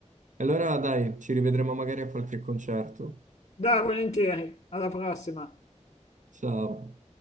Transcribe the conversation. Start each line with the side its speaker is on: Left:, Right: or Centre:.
Right: Allora dai, ci rivedremo magari a qualche concerto.
Left: Dai, volentieri, alla prossima.
Right: Ciao.